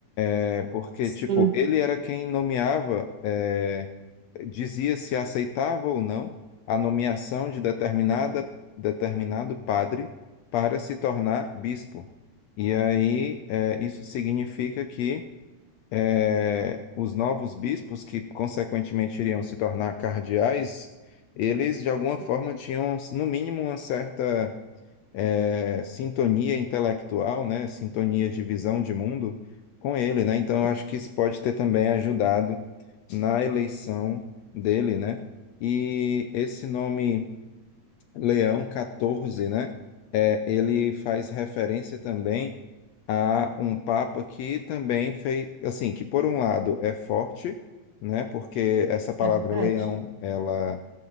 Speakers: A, on the left; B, on the right.
A: É porque,
B: sim.
A: tipo, ele era quem nomeava, é, dizia se aceitava ou não a nomeação de determinada,
B: Uhum,
A: determinado padre para se tornar bispo. E aí, é, isso significa que é, os novos bispos, que consequentemente iriam se tornar cardeais, eles de alguma
B: Sim.
A: forma tinham, no mínimo, uma certa é, sintonia intelectual, né, sintonia de visão de mundo com ele, né? Então eu
B: Uhum.
A: acho que isso pode ter também ajudado na eleição dele, né? E esse nome Leão 14, né? É, ele faz referência também a um papa que também fez, assim, que por um lado é forte, né? Porque essa palavra
B: É verdade.
A: leão, ela